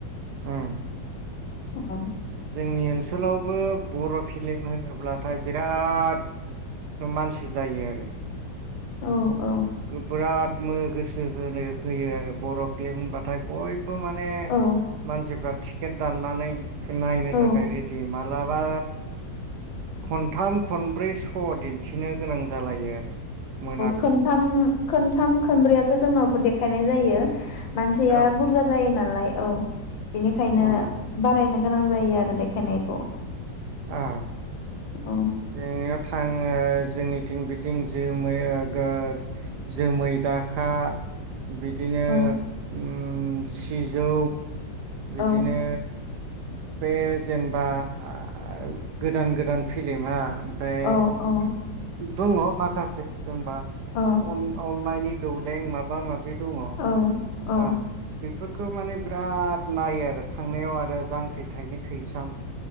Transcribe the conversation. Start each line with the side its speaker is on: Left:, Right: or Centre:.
Right: ओम
Left: औ
Right: जोंनि ओनसोलाव <inaudible> बर' फिल्म होनोब्लाथाय बिराद मानसि जायो आरो।
Left: औ। औ
Right: बिराद गोसो होनो होयो आरो बर' फिल्म होनबाथाय बयबो। बो माने
Left: औ
Right: मानसिफ्रा थि टिकेट दाननानै नायनो
Left: औ
Right: थाखाय रेडि मा माब्लाबा खन्थाम खनब्रै स' दिन्थि गोनां जालायो आरो, मोना
Left: खनथाम खनथाम खनब्रैयाथ' जोंनाव देखायनाय जायो मानसिया
Right: औ
Left: बुरजा जायो नालाय। औ। बेनिखायनो
Right: उम
Left: बारायनो गोनां जायो आरो देखायनायखौ।
Right: अ
Left: औ
Right: जों इयाव थां जोंनिथिं बिथिं जोमै ओगो जोमै दाखा बिदिनो
Left: औ
Right: ओम सिजौ बिदिनो
Left: औ
Right: बे जेनेबा आ ओ गोदान गोदान फिलिमा ओमफ्राय
Left: औ औ
Right: दङ' माखासे जेनेबा
Left: औ
Right: अन-अननायनि दौलें माबा माबि बे दङ'।
Left: औ औ
Right: हा बेफोर खौ माने बिराद नायो आरो थांनायाव आरो जांख्रिथायनि थैसाम